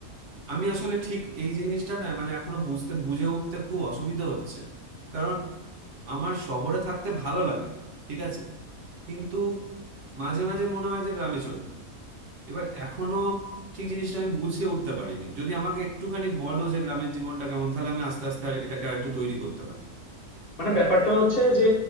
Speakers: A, on the right; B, on the left.
A: আমি আসলে ঠিক এই জিনিসটা না মানে এখনো বুঝতে বুঝে উঠতে খুব অসুবিধা হচ্ছে কারণ আমার শহরে থাকতে ভালো লাগে ঠিক আছে কিন্তু মাঝে মাঝে মনে হয় যে গ্রামে চলে যায় এবার এখনো ঠিক জিনিসটা আমি বুঝে উঠতে পারিনি যদি আমাকে একটুখানি বলো যে গ্রামের জীবনটা কেমন তাহলে আমি আস্তে আস্তে আর এটাকে আর একটু তৈরি করতে পারি
B: মানে ব্যাপারটা হচ্ছে যে